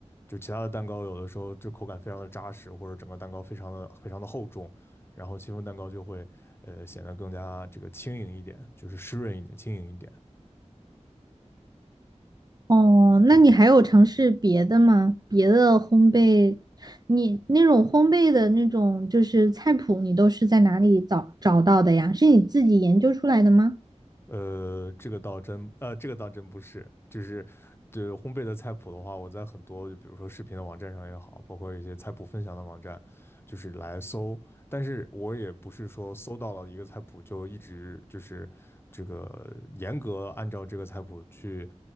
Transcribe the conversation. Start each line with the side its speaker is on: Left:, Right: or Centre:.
Left: 就其他的蛋糕有的时候就口感非常的扎实，或者整个蛋糕非常的非常的厚重，然后戚风蛋糕就会呃显得更加这个轻盈一点，就是湿润一点、轻盈一点。
Right: 哦，那你还有尝试别的吗？别的烘焙，你那种烘焙的那种就是菜谱，你都是在哪里找找到的呀？是你自己研究出来的吗？
Left: 呃，这个倒真，呃，这个倒真不是，就是对烘焙的菜谱的话，我在很多就比如说视频的网站上也好，包括一些菜谱分享的网站，就是来搜，但是我也不是说搜到了一个菜谱就一直就是这个严格按照这个菜谱去